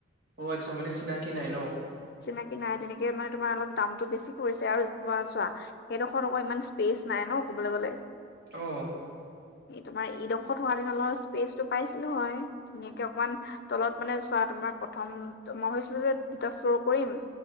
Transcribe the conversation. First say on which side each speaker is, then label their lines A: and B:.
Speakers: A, on the right (about 55°); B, on the left (about 55°).
A: অ আচ্ছা মানে চিনাকি নাই ন
B: চিনাকি নাই তেনেকে মানে তোমাৰ অলপ দামটো বেছি কৰিছে আৰু তোমাৰ চোৱা সেইদোখৰ কৌ ইমান পেচ নাই ন ক'বলৈ গ'লে
A: অ
B: এই তোমাৰ ইঈডোখৰত হোৱা দিন অলপ স্পেচটো পাইছিলো হয় ধুনীয়াকে অকমান তলত মানে চোৱা তোমাৰ প্ৰথম মই ভাছিলো যে দুটা ফ্ল' কৰিম